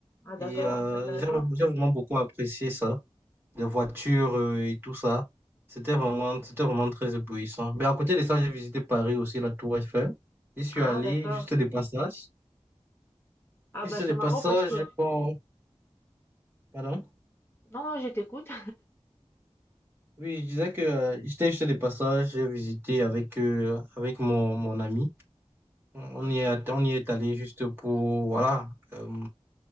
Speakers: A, on the left; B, on the right.
A: Ah d'accord,
B: et euh,
A: c'est intéressant.
B: j'ai j'ai vraiment beaucoup apprécié ça, les voitures euh, et tout ça. C'était vraiment, c'était vraiment très éblouissant. Mais à côté de ça, j'ai visité Paris aussi, la Tour Eiffel. Je suis allé
A: Ah d'accord.
B: juste des passages.
A: Ah
B: Juste
A: bah c'est
B: des
A: marrant
B: passages,
A: parce que...
B: j'ai pas- pardon.
A: Non, non, je t'écoute.
B: Oui, je disais que euh, j'étais juste des passages, j'ai visité avec, euh, avec mon, mon ami. On
A: Mhm.
B: y est, on y est allé juste pour, voilà, euh,